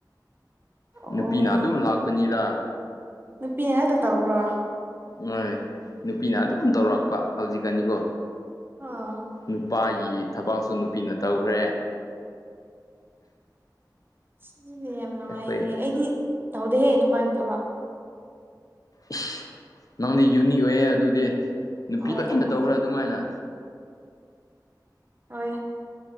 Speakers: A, on the right; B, on the left.
A: ꯑꯣ
B: ꯅꯨꯄꯤꯅ ꯑꯗꯨꯝ ꯂꯥꯛꯄꯅꯤꯗ
A: ꯅꯨꯄꯤꯅ ꯍꯦꯛꯇ ꯇꯧꯕ꯭ꯔꯣ
B: ꯍꯣꯏ ꯅꯨꯄꯤꯅ ꯑꯗꯨꯝ ꯇꯧꯔꯛꯄ ꯍꯧꯖꯤꯛꯀꯅꯤꯀꯣ
A: ꯑꯣ
B: ꯅꯨꯄꯥꯒꯤ ꯊꯕꯥꯛꯁꯨ ꯅꯨꯄꯤꯅ ꯇꯧꯈ꯭ꯔꯦ
A: ꯁꯤꯗꯤ ꯌꯥꯝ ꯅꯨꯡꯉꯥꯏꯍꯦ
B: ꯑꯩꯈꯣꯏ
A: ꯑꯩꯗꯤ ꯇꯧꯗꯦꯍꯦ ꯅꯨꯄꯥꯒꯤ ꯊꯕꯛ
B: ꯏꯁ ꯅꯪꯗꯤ ꯌꯨꯅꯤꯛ ꯑꯣꯏꯌꯦ ꯑꯗꯨꯗꯤ ꯅꯨꯄꯤ
A: ꯍꯣꯏ
B: ꯂꯣꯏꯅ
A: ꯌꯥꯝ ꯑꯣꯏ
B: ꯇꯧꯈ꯭ꯔꯥ ꯑꯗꯨꯃꯥꯏꯅ <unintelligible>
A: ꯍꯣꯏ